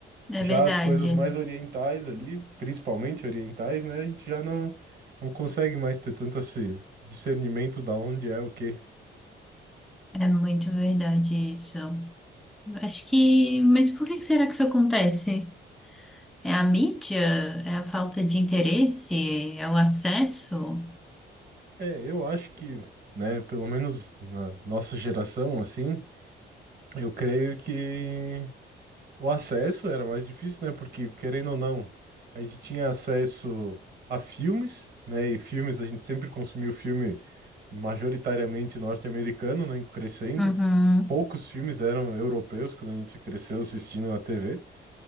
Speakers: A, in the centre; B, on the right (about 50°).
A: é
B: Já
A: verdade.
B: as coisas mais orientais ali, principalmente orientais, né? A gente já não, não consegue mais ter tanto esse discernimento da onde é o quê.
A: É muito verdade isso. Acho que. Mas por que que será que isso acontece? É a mídia? É a falta de interesse? É o acesso?
B: É, eu acho que, né, pelo menos na nossa geração, assim, eu creio que. O acesso era mais difícil, né? Porque, querendo ou não, a gente tinha acesso a filmes, né? E filmes, a gente sempre consumiu filme majoritariamente norte-americano, né? Crescendo.
A: Uhum,
B: Poucos filmes eram europeus quando a gente cresceu assistindo na TV,